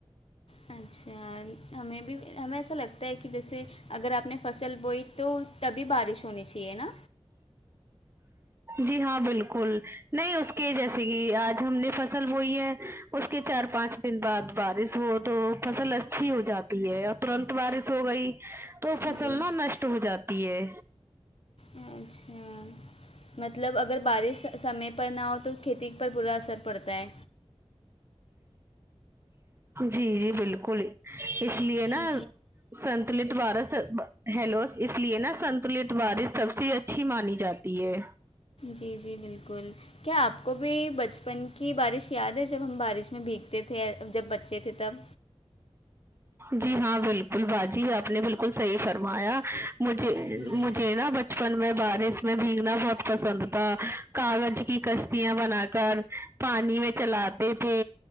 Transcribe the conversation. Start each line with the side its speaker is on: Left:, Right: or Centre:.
Left: اچھا ہمیں بھی ہمیں ایسا لگتا ہے کہ جیسے اگر اپ نے فصل بوئی تو تبھی بارش ہونی چاہیے نا
Right: جی ہاں بالکل نہیں اس کے جیسے کہ اج ہم نے فصل بوئی ہے اس کے چار پانچ دن بعد بارش ہو تو فصل اچھی ہو جاتی ہے اب ترنت بارش ہو گئی تو
Left: جی
Right: فصل نا نشٹ ہو جاتی ہے
Left: اچھ مطلب اگر بارش سمے پر نہ ہو تو کھیتی پر برا اثر پڑتا ہے
Right: جی جی بالکل اس لیے
Left: جی
Right: نا سنتلت وارس ہیلو اس لیے نا سنتلت وارش سب سے اچ اچھی مانی جاتی ہے
Left: جی جی بالکل کیا اپ کو بھی بچپن کی بارش یاد ہے جب ہم بارش میں بھیگ تے تھے جب بچے تھے تب
Right: جی ہاں بالکل باجی آپ نے بالکل صحیح فرمایا مجھے
Left: جی
Right: مجھے نا بچپن میں بارش میں بھیگنا بہت پسند تھا کاغذ کی کشتیاں بنا کر پانی میں چلاتے تھے